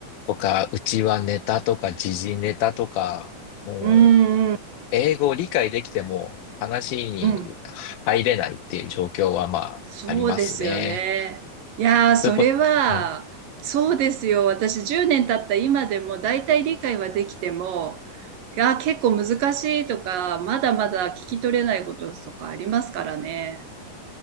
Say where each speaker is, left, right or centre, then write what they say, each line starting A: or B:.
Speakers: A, on the left; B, on the right.
A: とかうちはネタとか時事ネタとか、もう、
B: うんうん
A: 英語を理解できても話に入れないっていう状況はまあ、
B: うん。そうですよね。
A: ありますね。
B: いやー、それは、
A: そういうこと、うん
B: そうですよ。私10年経った今でも大体理解はできても、いやー、結構難しいとか、まだまだ聞き取れないこととかありますからね。